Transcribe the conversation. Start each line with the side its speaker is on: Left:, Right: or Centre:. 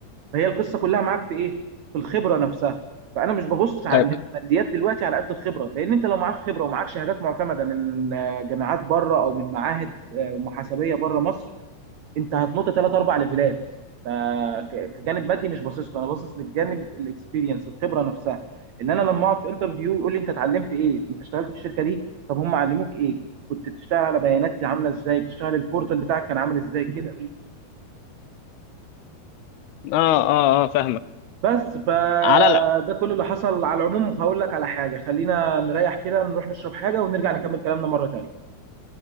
Right: فهي القصه كلها معاك في ايه؟ في الخبره نفسها فانا مش ببص على
Left: طيب
Right: الماديات دلوقتي على قد الخبره لان انت لو معاك خبره ومعاك شهادات معتمده من آه، جامعات بره او من معاهد آه، محاسبيه بره مصر انت هتنط ثلاث اربع ليفلات فكجانب مادي مش باصص له انا باصص للجانب الاكسبيرينس الخبره نفسها ان انا لما اقعد في انترفيو يقول لي انت اتعلمت ايه؟ انت اشتغلت في الشركه دي؟ طب هم علموك ايه؟ كنت بتشتغل على بيانات عامله ازاي؟ بتشتغل البورتال بتاعك كان عامل ازاي كده؟
Left: اه اه اه فاهمك
Right: بس فده
Left: على لا
Right: كل اللي حصل على العموم هقول لك على حاجه خلينا نريح كده نروح نشرب حاجه ونرجع نكمل كلامنا مره تانيه